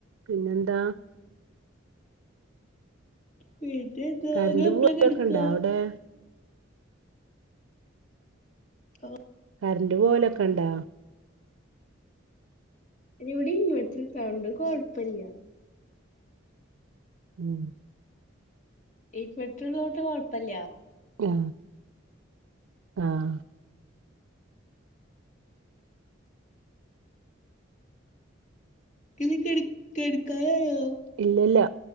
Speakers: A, on the right; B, on the left.
A: പിന്നെന്താ
B: പിന്നെന്താ
A: കറന്റ്
B: ഇങ്ങൾ എപ്പളാ
A: പോവലൊക്കെ
B: കെട്ക്കാ?
A: ഇണ്ടാ അവിടെ
B: ഓ
A: കറണ്ട് പോവലൊക്കെണ്ടോ?
B: അയ്നിവിടിൻവെർട്ടർ അതോണ്ട് കൊഴപ്പല്ല്യ.
A: ഉം
B: ഇൻവെർട്ടർ ഇള്ളോണ്ട് കൊഴപ്പല്ല്യ.
A: ആഹ് ആഹ്
B: ക്ന്ന് കെട് കെട്ക്കാനായോ?
A: ഇല്ലല്ല